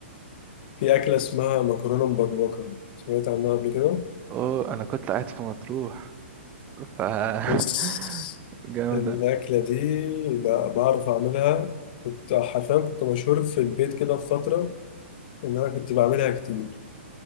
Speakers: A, on the left (about 45°); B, on the right (about 25°).
A: في اكله اسمها مكرونه مبكبكه سمعت عنها قبل كده
B: أوه أنا كنت قاعد في مطروح ف
A: بص
B: <laughs> جامدة
A: الاكله دي ب- بعرف اعملها كنت حرفيا كنت مشهور في البيت كده في فتره ان انا كنت بعملها كتير